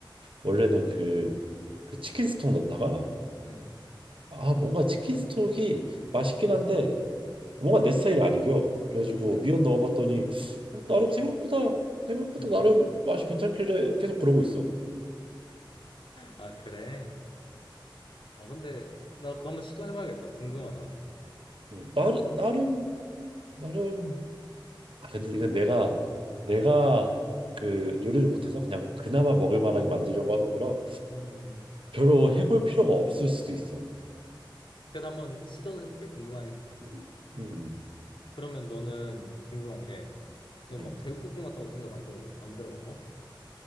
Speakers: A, on the right; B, on the left.
A: 원래는 그, 그 치킨 스톡 넣었다가
B: 음.
A: 아 뭔가 치킨 스톡이 맛있긴 한데 뭔가 내 스타일이 아닌겨. 그래가지고
B: 음.
A: 미원 넣어봤더니 어, 나름 생각보다 생각보다
B: 음.
A: 나름 맛이 괜찮길래 계속 그러고 있어.
B: 아, 그래. 어, 근데 나 그거 한번 시도해봐야겠다. 궁금하다, 나도.
A: 음, 나름 나름 나름 아 근데 이건 내가
B: 음.
A: 내가 그 요리를 못해서 그냥 그나마 먹을 만하게 만들려고 하는 거라
B: 음.
A: 별로 해볼 필요가 없을 수도 있어.
B: 그래도 한번 시도는 해볼게. 궁금하니까.
A: 음. 음, 음.
B: 그러면 너는 궁금한 게, 넌
A: 네.
B: 막 제육볶음 같은 것도 혼자 만들어 먹- 만들어 먹어?